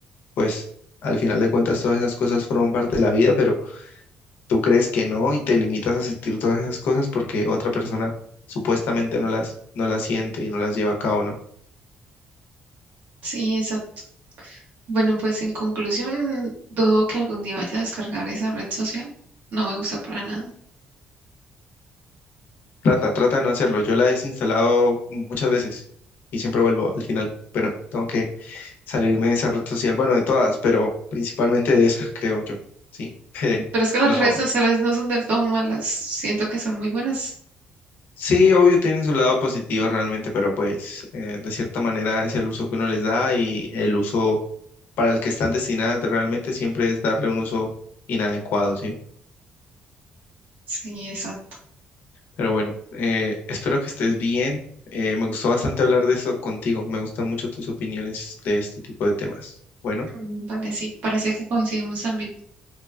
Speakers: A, on the left; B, on the right.
A: pues al final de cuentas todas esas cosas forman parte de la vida, pero tú crees que no y te limitas a sentir todas esas cosas porque otra persona supuestamente no las, no las siente y no las lleva a cabo, ¿no?
B: Sí, exacto. Bueno, pues en conclusión, dudo que algún día vaya a descargar esa red social. No me gusta para nada.
A: Trata, trata de no hacerlo. Yo la he desinstalado muchas veces y siempre vuelvo al final, pero tengo que salirme de esa red social, bueno, de todas, pero principalmente de esa, <laughs> creo yo, ¿sí? <laughs>
B: Pero es que las
A: No.
B: redes sociales no son del todo malas. Siento que son muy buenas.
A: Sí, obvio, tienen su lado positivo realmente, pero pues eh, de cierta manera es el uso que uno les da y el uso para el que están destinadas realmente siempre es darle un uso inadecuado, ¿sí?
B: Sí, exacto.
A: Pero bueno, eh, espero que estés bien. Eh, me gustó bastante hablar de eso contigo. Me gustan mucho tus opiniones de este tipo de temas. Bueno,
B: Mm, Vale, sí, parece que coincidimos también.